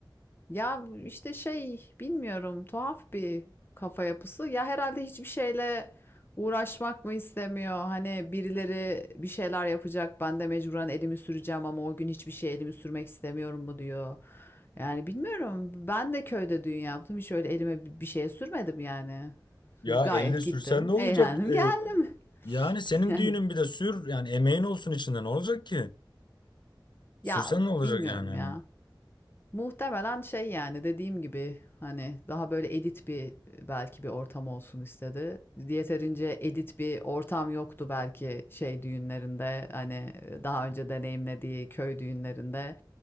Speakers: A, on the left (about 25°); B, on the left (about 70°).
A: Ya işte şey bilmiyorum tuhaf bir kafa yapısı. Ya herhalde hiçbir şeyle uğraşmak mı istemiyor? Hani birileri bir şeyler yapacak ben de mecburen elimi süreceğim ama o gün hiçbir şey elimi sürmek istemiyorum mu diyor. Yani bilmiyorum ben de köyde düğün yaptım hiç öyle elime bir bir şeye sürmedim yani.
B: Ya
A: Gayet
B: elle sürsen
A: gittim
B: ne olacak?
A: eğlendim
B: Ee,
A: geldim. <laughs>
B: Yani senin
A: Yani,
B: düğünün bir de sür yani emeğin olsun içinde ne olacak ki? Sürsen
A: ya
B: ne olacak
A: bilmiyorum
B: yani? hani?
A: ya. Muhtemelen şey yani dediğim gibi hani daha böyle edit bir belki bir ortam olsun istedi. Yeterince edit bir ortam yoktu belki şey düğünlerinde hani daha önce deneyimlediği köy düğünlerinde.